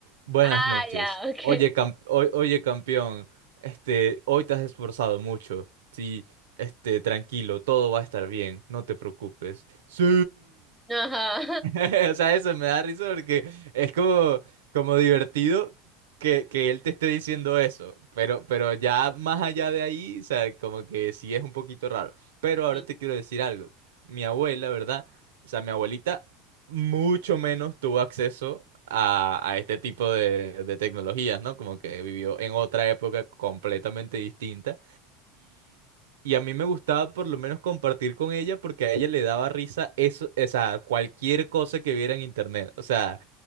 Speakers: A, on the right; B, in the centre.
A: buenas
B: Ah,
A: noches,
B: ya, ok.
A: oye, cam- o- oye, campeón, este, hoy te has esforzado mucho, sí, este, tranquilo, todo va a estar bien, no te preocupes. Sí.
B: Ajá.
A: <laughs> O sea, eso me da risa porque es como, como divertido que, que él te esté diciendo eso, pero, pero ya más allá de ahí, o sea, como que sí es un poquito raro. Pero ahora
B: <laughs>
A: te quiero decir algo. Mi abuela, ¿verdad? O sea, mi abuelita mucho menos tuvo acceso a, a este tipo de, de tecnologías, ¿no? Como que vivió en otra época completamente distinta. Y a mí me gustaba por lo menos compartir con ella porque a ella le daba risa eso, o sea, cualquier cosa que viera en internet. O sea,